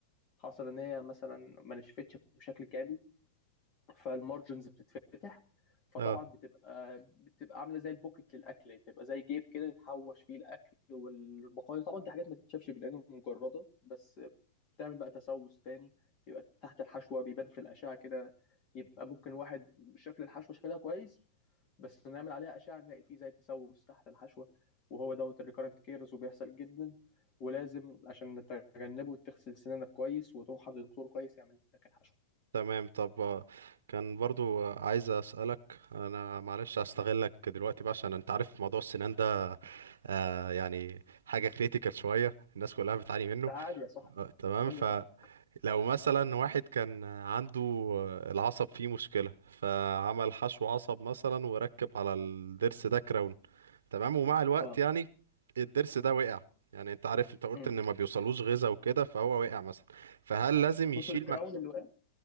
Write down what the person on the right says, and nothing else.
اه
تمام طب آه، كان برضو آه، عايز اسألك انا معلش هستغلك دلوقتي بقى عشان انت عارف موضوع السنان ده آه يعني حاجة كريتيكال شوية الناس كلها بتعاني منه
آه تمام
لو مثلا واحد كان عنده العصب فيه مشكلة فعمل حشو عصب مثلا وركب على الضرس ده كراون تمام ومع الوقت
يعني الضرس ده وقع يعني انت عارف انت قلت
ان ما بيوصلوش غذاء وكده فهو وقع مثلا فهل لازم يشيل
م...